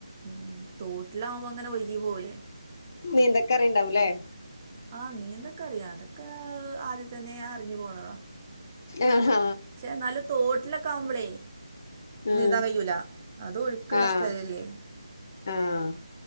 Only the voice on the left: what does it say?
നീന്തക്കറി ഉണ്ടാവൂല്ലേ
ആഹ്
ആഹ്
ആഹ്
ആഹ്